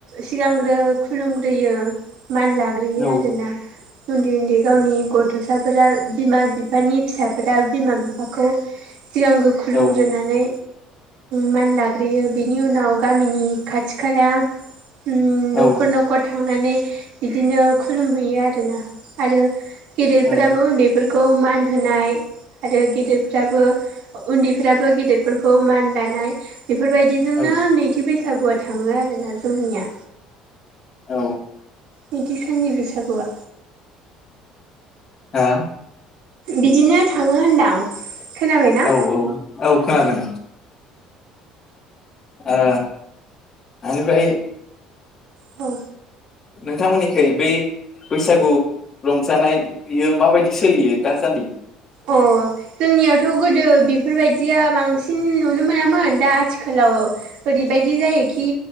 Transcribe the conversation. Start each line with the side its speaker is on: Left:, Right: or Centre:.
Right: सिगांग्रो खुलुमग्रोयो। मान लाग्रोयो
Left: औ
Right: आरोना उन्दै उन्दै गावनि गथसाफोरा बिमा-बिफानि फिसाफोरा बिमा-बिफाखौ सिगांग्रो खुलुमग्रोनानै
Left: औ
Right: मान लाग्रोयो बिनि उनाव गामिनि खाथि खाला उ न'खर
Left: औ
Right: न'खर थांनानै बिदिनो खुलुमहैयो आरो ना आरो गेदेरफोराबो
Left: औ
Right: उन्दैफोरखौ मान होनाय आरो गेदेरफ्राबो उन्दैफ्राबो गेदेरफोरखौ मान लानाय बेफोरबायदिजोंनो
Left: औ
Right: नैथि बैसागुआ थांङो आरोना जोंनिया
Left: औ
Right: नैथि साननि बैसागुआ
Left: हा
Right: बिदिनो थांङो होनदां खोनाबायना
Left: औ औ औ खोनादों ओ इनिफ्राय
Right: औ
Left: नोंथांमोननिखै बै बैसागु रंजानाययो माबायदि सोलियो दासान्दि
Right: अ जोंनियावथ गोदो बेफोरबायदिया बांसिन नुनो मोनामोन दा आथिखालाव ओरैबायदि जायोखि